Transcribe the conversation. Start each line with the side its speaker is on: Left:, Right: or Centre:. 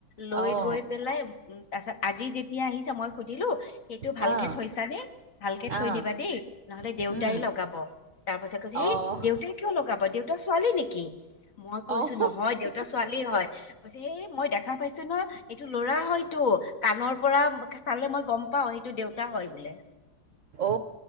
Left: লৈ
Right: আহ অ
Left: গৈ পেলাই তাৰপাছত আজি যেতিয়া আহি মই দিলো সেইটো ভালকে
Right: আহ
Left: থৈছানে ভালকে থৈ
Right: আহ
Left: দিবা দেই নহলে দেউতাই
Right: উম
Left: লগাব তাৰ পাছত কৈছে সেই
Right: অহ
Left: দেউতাই কিয় লগাব দেউতা ছোৱালী নেকি কি মই কৈছো
Right: অহ
Left: নহয় দেউতা ছোৱালী হয় কৈছে এই মই দেখা পাইছো ন এইটো ল'ৰা হয়তটো কাণৰ পৰা চালে মই গম পাওঁ টো দেউতা হয় বোলে
Right: অ